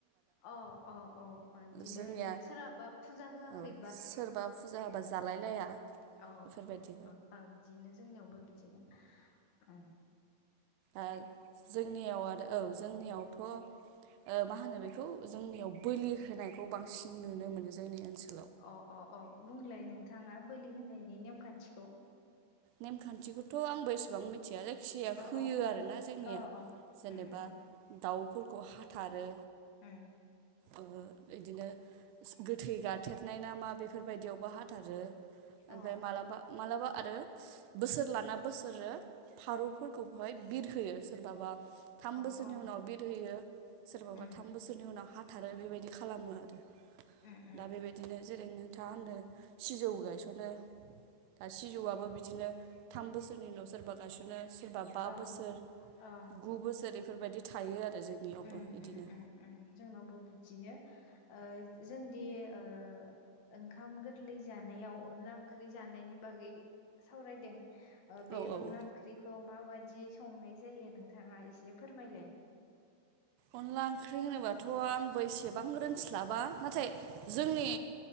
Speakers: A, on the left (about 55°); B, on the right (about 80°).
A: अ अ अ अ इदिनो
B: जोंनिया
A: जेन सोरहाबा फुजा होआखै।
B: औ सोरबा फुजा होबा जालाय लाया।
A: अ
B: बेफोरबायदि
A: अ आ बिदिनो जोंनियावबो बिदिनो उम।
B: आ जोंनियाव आरो औ जोंनियाव थ' ओ मा होनो बेखौ जोंनियाव बोलि होनायखौ बांसिन नुनो मोनो जोंनि ओनसो
A: अ अ अ बुंलाय नोंथाङा बोलि होनायनि नेमखान्थिखौ।
B: नेमखान्थिखौथ' आंबो एसेबां मि थिया जायखि जाया होयो
A: अ अ
B: आरोना
A: अ
B: जोंनिया
A: अ अ
B: जेनेबा
A: उम उम उम
B: दाउ फोरखौ हाथारो।
A: उम।
B: ओ इदिनो गोथै गारथेरनाय ना मा बेफोरबायदियावबो हाथारो।
A: अ
B: ओमफाय मालाबा मालाबा आरो बोसोर लाना बोसोरो फारौ फोरखौबोहाय बिरहोयो। सोरबाबा थाम बोसोरनि
A: उम उम उम
B: उनाव बिर होयो सोरबाबा
A: उम
B: थाम बोसोरनि उनाव हा थारो बेबायदि खालामो आरो
A: उम उम
B: दा बेबायदिनो जेरै नोंथाङा होनदो। सिजौ गायस'नो दा सिजौआबो बि दिनो थाम बोसोरनि उनाव सोरबा गायसनो। सोरबा बा
A: अ
B: बोसोर
A: अ
B: गु बोसोर इफोरबायदि थायो आरो। जोंनियावबो
A: उम
B: इदिनो
A: उम उम उम जोंनावबो बिदिनो ओ जोंदि ओ ओंखाम गोरलै जानायाव अनला ओंख्रि जानायनि बागै सावरायदों। ओ बे
B: औ औ
A: अनला
B: औ
A: ओंख्रिखौ माबाय दि संनाय जायो नोंथाङा एसे फोरमायलाय।
B: अनला ओंख्रि होनोबाथ' आंबो एसेबां रोंस्लाबा नाथाय जोंनि